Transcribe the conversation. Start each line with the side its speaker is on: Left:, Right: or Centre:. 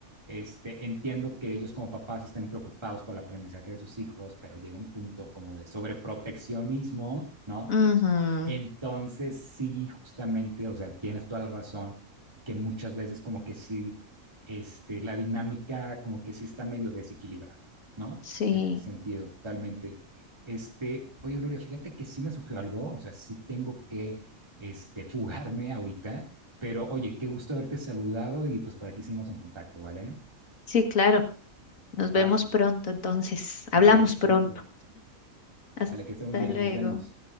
Right: este, entiendo que ellos como papás estén preocupados por el aprendizaje de sus hijos, pero llega un punto como de sobreproteccionismo, ¿no?
Left: ujú.
Right: Entonces sí, justamente, o sea, tienes toda la razón, que muchas veces como que sí, este, la dinámica como que sí está medio desequilibrada, ¿no?
Left: Sí,
Right: En ese sentido, totalmente. Este, oye, Gloria, fíjate que sí me surgió algo, o sea, sí tengo que, este, fugarme ahorita, pero oye, qué gusto haberte saludado y pues por aquí seguimos en contacto, ¿vale?
Left: sí, claro. Nos vemos
Right: Vale,
Left: pronto, entonces. Hablamos
Right: vale, que estés
Left: pronto.
Right: muy bien.
Left: Hasta
Right: Vale, que estés muy bien.
Left: luego.
Right: Nos vemos.